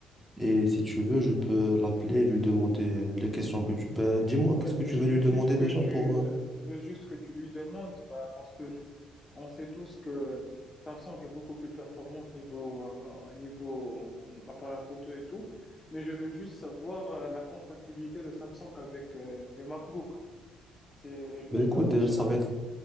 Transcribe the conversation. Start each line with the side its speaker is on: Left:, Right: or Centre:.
Centre: Et si tu veux, je peux l'appeler et lui demander euh, les questions que tu... Bah, dis-moi,
Left: Ouais,
Centre: qu'est-ce que tu
Left: je
Centre: veux
Left: veux
Centre: lui demander
Left: juste que
Centre: déjà
Left: tu,
Centre: pour...
Left: euh,
Centre: euh,
Left: je veux juste que tu lui demandes, bah, parce que je- on sait tous que Samsung est beaucoup plus performante niveau, euh, niveau euh, appareil photo et tout, mais je veux juste savoir euh, la compatibilité de Samsung avec euh, le MacBook. C'est juste
Centre: Bah écoute,
Left: la,
Centre: déjà,
Left: c'est
Centre: ça
Left: la,
Centre: va être